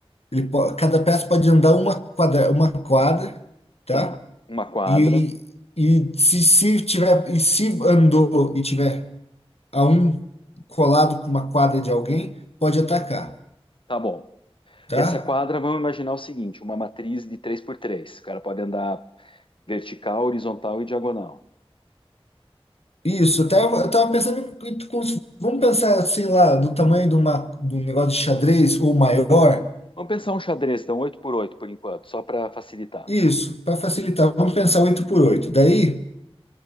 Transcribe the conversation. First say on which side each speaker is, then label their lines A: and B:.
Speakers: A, on the left (about 85°); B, on the left (about 55°).
A: ele po- cada peça pode andar uma quadra, uma quadra, tá?
B: Tá, uma quadra.
A: E, e se, se tiver, e se andou e tiver a um colado com uma quadra de alguém pode atacar,
B: Tá bom.
A: tá?
B: Essa quadra, vamos imaginar o seguinte: uma matriz de três por três. O cara pode andar vertical, horizontal e diagonal.
A: Isso, até eu estava pensando, em como se- vamos pensar assim lá, do tamanho de, uma, de um negócio de xadrez ou maior.
B: Vamos pensar um xadrez, então, oito por oito por enquanto, só para facilitar.
A: Isso, para facilitar, vamos pensar 8 por 8. Daí,